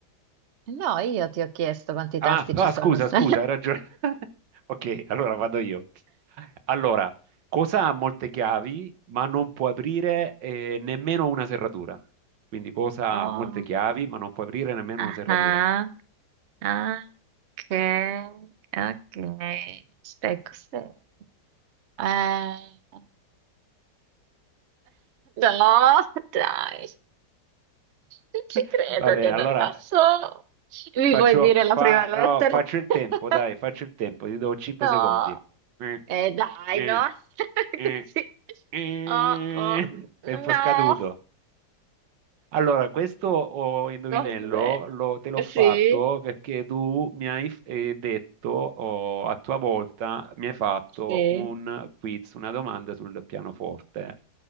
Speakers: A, on the right (about 60°); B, on the right (about 80°).
A: No, io ti ho chiesto quanti
B: Ah,
A: tasti
B: ah,
A: ci sono.
B: scusa,
A: <laughs> su-
B: scusa, hai ragione. <laughs> Ok, allora vado io. Allora, cosa ha molte chiavi, ma non può aprire eh, nemmeno una serratura? Quindi cosa
A: Oh,
B: ha molte chiavi, ma non può aprire nemmeno
A: ah.
B: una serratura?
A: ah. Ah, ok, ok. Stai cos'è? Eh, <laughs> no, dai, non ci
B: <laughs>
A: credo
B: Va bene,
A: che non
B: allora
A: la so. Mi
B: faccio,
A: vuoi dire la
B: fa-
A: prima lettera?
B: no, faccio il
A: <laughs>
B: tempo, dai, faccio il tempo, ti do 5
A: No,
B: secondi. Eh,
A: eh dai,
B: eh,
A: no, <laughs>
B: eh,
A: così.
B: eh.
A: Oh, oh,
B: <laughs> Tempo
A: no,
B: scaduto. Allora, questo oh, indovinello
A: cos'è?
B: lo- te l'ho fatto
A: Sì,
B: perché tu mi hai f- eh, detto, oh, a tua volta, mi hai fatto
A: sì.
B: un quiz, una domanda sul pianoforte.